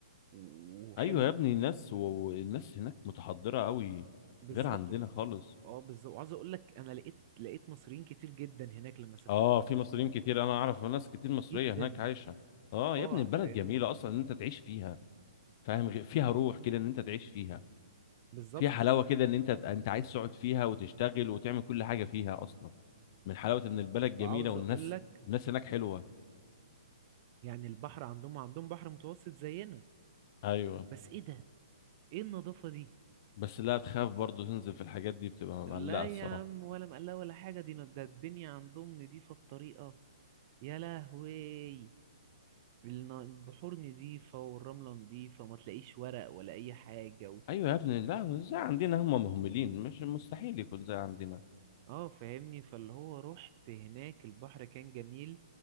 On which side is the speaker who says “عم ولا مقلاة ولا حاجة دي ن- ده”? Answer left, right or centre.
Right